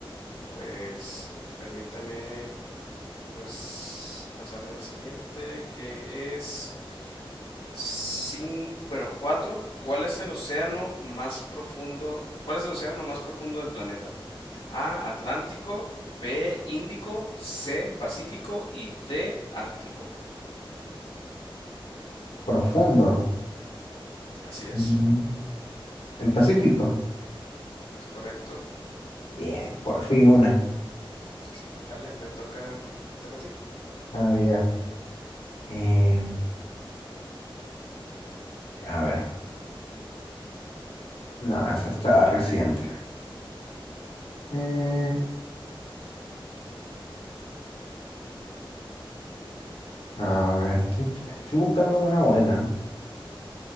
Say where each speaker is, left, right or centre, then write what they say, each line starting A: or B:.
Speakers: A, on the left; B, on the left.
A: pues permítame pues pasarme a la siguiente, que es Cin- bueno, cuatro. ¿Cuál es el océano más profundo? ¿Cuál es el océano más profundo del planeta? A, Atlántico, B, Índico, C, Pacífico y D, Ártico.
B: profundo.
A: Así es,
B: Mm. El Pacífico.
A: es correcto.
B: Bien, por fin una.
A: Sí, sí, dale, te toca, te toca a ti.
B: Había. Eh, a ver. No, esa está reciente. Eh, a ver, estoy, estoy buscando una buena.